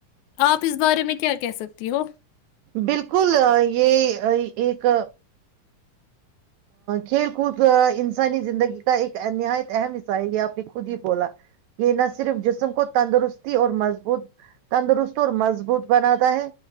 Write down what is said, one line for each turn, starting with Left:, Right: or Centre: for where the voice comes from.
Left: آپ اس بارے میں کیا کہہ سکتی ہو
Right: بالکل یہ ایک <unintelligible> کھیل کود انسانی زندگی کا ایک نہایت اہم حصہ ہے یہ آپ نے خود ہی بولا یہ نہ صرف جسم کو تندرستی اور مضبوط تندرست اور مضبوط بناتا ہے